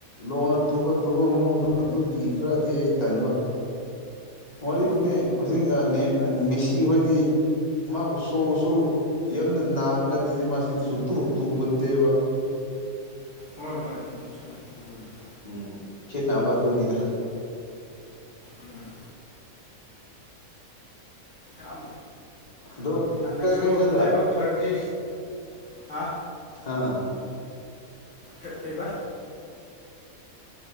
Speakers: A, on the left; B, on the left.
A: ꯂꯣꯡꯅ ꯇꯨꯕ ꯇꯨꯕ ꯃꯑꯣꯡꯗ ꯑꯗꯨ ꯏꯈ꯭ꯔꯗꯤ ꯑꯩ ꯇꯟꯕ ꯋꯥꯔꯤꯔꯤꯕꯅꯤ
B: ꯎꯝ
A: ꯍꯧꯖꯤꯛ ꯃꯤꯦꯁꯤ ꯍꯣꯏꯗꯤ ꯃꯥꯕꯨ ꯁꯧꯁꯨ ꯌꯥꯝꯅ ꯅꯥꯕ ꯅꯠꯇ꯭ꯔꯗꯤ ꯃꯥꯁꯤꯨ ꯇꯨ ꯄꯨꯟꯗꯦꯕ
B: ꯍꯣꯏ ꯍꯣꯏ ꯆꯨꯝꯃꯦ ꯑꯗꯨꯕꯨꯗꯤ
A: ꯎꯝ ꯈꯦꯠꯅꯕ ꯑꯗꯨꯅꯤꯗ
B: ꯎꯝ ꯌꯥꯝ
A: ꯑꯗꯣ
B: ꯍꯟꯗꯛꯁꯨ
A: ꯀꯥꯏ ꯀꯥꯏ ꯆꯠꯂꯦ
B: ꯂꯥꯏꯕꯛ ꯐꯔꯗꯤ ꯍꯥ
A: ꯍꯥꯥ
B: ꯀ ꯀꯩꯕ